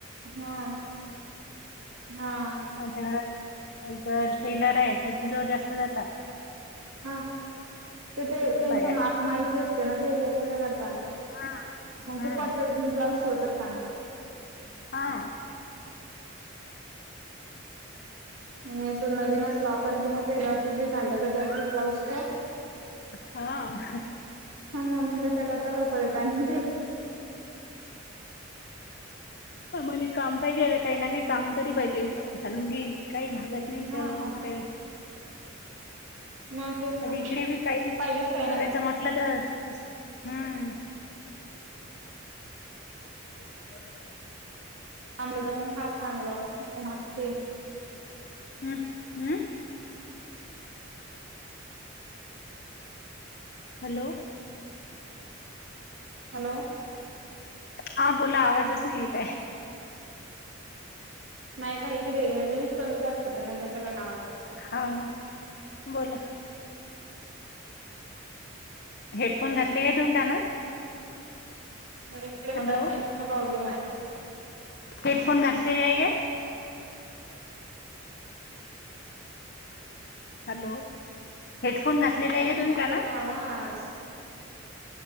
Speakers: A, on the right (about 80°); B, on the left (about 50°).
A: हा हा.
B: आमच्या घरा <unintelligible> टेलर हाय त्यांच्या जवळ जास्त जाता.
A: हा ते ते त्यांच्या
B: बाया
A: माप माहिती असते ना ते त्याले कसं करता
B: हा
A: मग
B: हा
A: ते परफेक्ट ब ब्लाउज शिवत असता ना
B: हा.
A: मग अस नवीन असलं आपण की मग <unintelligible> घाललं कधी आपली ब्लाउज का
B: हां.
A: हा म्हणून त्याच्याकरता लवकर येता आणि ते
B: आमाले काम पाहिजे. आता काही ना काही काम तरी पाहिजे. कारण की काही भागत नाही
A: हा
B: चल घरचे
A: मग तेच ना.
B: अर इकडे बी काही
A: पाहिजेच काही
B: कराय
A: ना
B: <unintelligible> म्हटलं तर असं हम्म. <unintelligible>
A: चांगलं तर मग फार चांगलं <unintelligible>
B: हम्म. अं? हॅलो.
A: हॅलो.
B: हा बोला आवाजच नाही येत आहे.
A: नाही का इकडे रेंज कमी जास्त होते ना त्याच्याकडन आवाज नाही.
B: हा ना बोला. हेडफोन घातले ना तु कानात?
A: <unintelligible>
B: हॅलो
A: प्रॉब्लेम हाय.
B: हेडफोन घातलेले आहे काय? हॅलो. हेडफोन घातलेले आहे का तुम्ही कानात?
A: केला आवाज